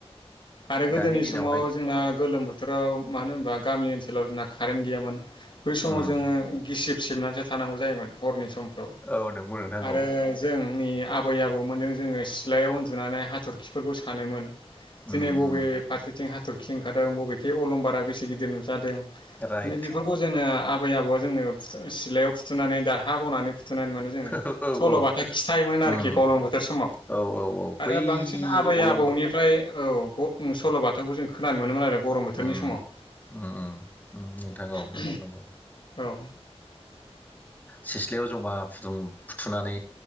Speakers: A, on the left; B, on the left.
A: आरो गोदोनि
B: दानि दिनावहाय
A: समाव जोंना गोलोम बोथोराव मानो होनबा गामि ओनसोलाव जोंना कारेन्ट गैयामोन बै समाव
B: उम
A: जोङो गिसिब सिबनानैसो थानांगौ जायोमोन हरनि समफ्राव
B: औ नंगौ नोंथां
A: आरो
B: औ
A: जोंनि आबै आबौमोनजों जोङो सिलायाव उन्दुनानै हाथरखिफोरखौ सानोमोन।
B: उम
A: दिनै बबे
B: उम
A: फारसेथिं हाथरखि ओंखारदों बबेखे अलंबारा बेसे गिदिर नुजादों
B: राइट
A: बेफोरखौ जोङो आबै आबौआ जोंनो सिलायाव फुथुनानै दारहा बनानै फुथु थुनानै मोनो जोङो
B: औ औ
A: सल'बाथा
B: औ
A: खिथायोमोन
B: उम
A: आरोखि गरम बोथोर समाव।
B: औ औ औ
A: आरो
B: बै
A: बांसिन आबै
B: अलंबा
A: आबौनिफ्राय औ सल' बाथौखौ जों खोनानो मोनोमोन आरो गरम बोथोरनि
B: उम
A: समाव
B: उम उम उम नोंथां औ नंगौ नंगौ
A: औ
B: सिथ्लायाव जमा फुथुनानै